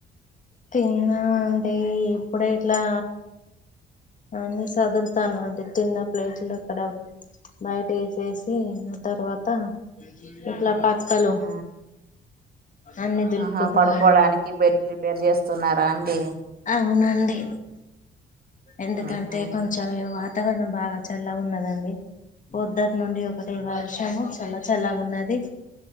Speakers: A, on the left; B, on the right.
A: తిన్నామండి ఇప్పుడే ఇట్లా అన్నీ సదురుతాననండి తిన్న ప్లేట్లు అక్కడ బయట వేసేసి ఆ తర్వాత ఇట్లా పక్ క్కలు
B: ఆ
A: అన్ని దులుపుకుంటున్నాను
B: ఆహా పడుకోవడానికి బెడ్ ప్రిపేర్ చేస్తున్నారా అండి
A: అవునండి ఎందుకంటే
B: ఆహా
A: కొంచెం వాతావరణం బాగా చల్లగున్నదండి పొద్దుటి నుండి ఒకటె వర్షము చల్ల చల్లగున్నది